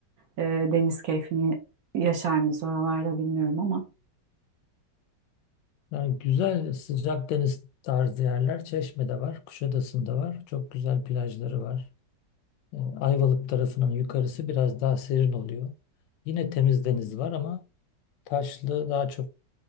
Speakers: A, on the right; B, on the left.
A: e, deniz keyfini yaşar mıyız oralarda bilmiyorum ama.
B: Yani güzel sıcak deniz tarzı yerler Çeşme'de var, Kuşadası'nda var. Çok güzel plajları var. Ee, Ayvalık tarafının yukarısı biraz daha serin oluyor. Yine temiz deniz var ama taşlı daha çok